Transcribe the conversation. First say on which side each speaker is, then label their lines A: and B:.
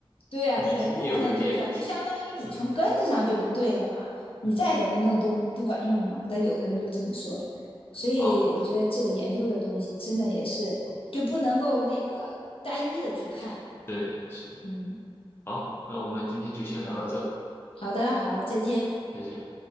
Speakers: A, on the left (about 70°); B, on the left (about 25°).
A: 对呀、
B: 你基因也会变。
A: 啊对呀、啊有可能就这样，就相当于你从根子上就不对了嘛，
B: 嗯，
A: 你再怎么弄都不管用嘛。
B: 对，
A: 但有的人就这么说，所以我觉得这个研究的东西真的也是就不能够那个单一的去看。
B: 好，对，是，
A: 嗯，
B: 好，那我们今天就先聊到这吧，
A: 好的，好，再见。
B: 再见。